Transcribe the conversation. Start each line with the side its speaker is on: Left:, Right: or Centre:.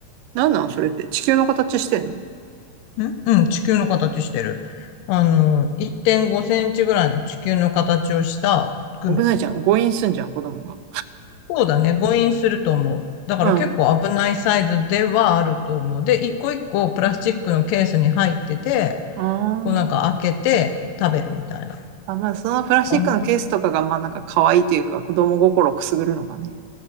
Right: なんなんそれって。地球の形してんの
Left: んうん、地球の形してる。あの、1.5センチぐらいの地球の形をしたグミ。
Right: 危ないじゃん。誤飲すんじゃん、子供が。
Left: そうだね、誤飲すると思う。だから結構危ないサイズではあると思う。
Right: うん。
Left: で、一個一個プラスチックのケースに入ってて、
Right: あー
Left: こうなんか開けて食べるみたいな。
Right: あ。まあ、そのプラスチックのケースとかが、
Left: あん
Right: まあなんか可愛いというか、子供心をくすぐるのがね。